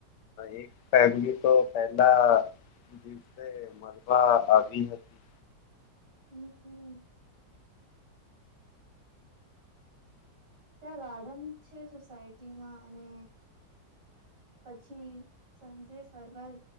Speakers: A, on the left; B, on the right.
A: એક ફેમલી તો પેલા દિવસે મળવા આવી હતી.
B: હમ્મ ત્યાં ગાર્ડન છે સોસાયટીમાં અને પછી સંજે ફરવા